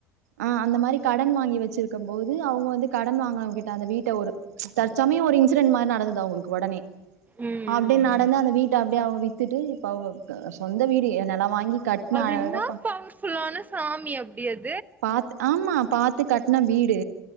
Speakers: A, on the right; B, on the right.
A: அ அந்த மாரி கடன் வாங்கி வெச்சிருக்கும் போது அவங்க வந்து கடன் வாங்னவங்கிட்ட அந்த வீட்ட ஒரு தற்சமய ஒரு இன்சிடென் மாரி நட ந்தது அவ்ங்ளுக்கு ஒடனே
B: ம்
A: அப்டியே
B: ம்
A: நடந்து
B: ம்
A: அந்த வீட்ட அப்டியே அவங்க வித்துட்டு இப்ப அவங்க சொந்த வீடு நெலோ வாங்கி கட்ன
B: அது
A: அழகா
B: இன்னா பவர்ஃபுல்லான சாமி அப்டி அது
A: பாத் ஆமா பாத்து கட்ன வீடு